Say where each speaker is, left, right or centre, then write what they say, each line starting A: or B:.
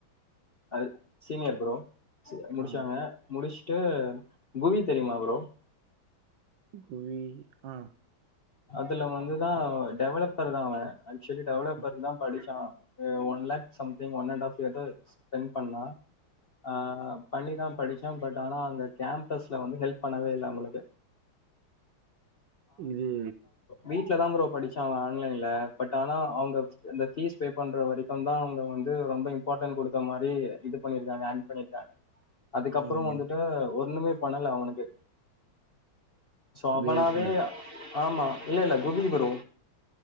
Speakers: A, on the left; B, on the right.
A: அது சீனியர் ப்ரோ சி முடுச்
B: ஆ
A: ச்சாங்க முடுஸ்ட்டு குவி தெரியுமா ப்ரோ
B: குவி ஆ
A: அதுல வந்துதா டெவலப்பரு தா அவே ஆக்சுவலி டெவலப்பர்க்கு
B: ஆ.
A: தா படுச்சா அ one lakh something one and half இது ஸ்பெண்ட் பண்ணா ஆ பண்ணிதா படுச்சா பட் ஆனா அங்க கேம்பஸ்ல வந்து ஹெல்ப் பண்ணவே இல்ல அவ்ங்களுக்கு
B: இது
A: வீட்ல தா ப்ரோ படுச்சா அவே ஆன்லைன்ல பட் ஆனா அவுங்க இந்த பீஸ் பே பண்ற வரைக்கு தா அவுங்க வந்து ரொம்ப இம்பார்ட்டன்ட் குடுத்த மாதிரி இது பண்ணிருக்காங்க ஆக்ட் பண்ணிருக்காங்க அதுக்கப்றோ
B: ம்
A: வந்துட்டு ஒண்ணுமே பண்ணல அவனுக்கு சோ அவனாவே
B: வேல்ஸ்ல
A: ஆமா இல்லல்ல குவி ப்ரோ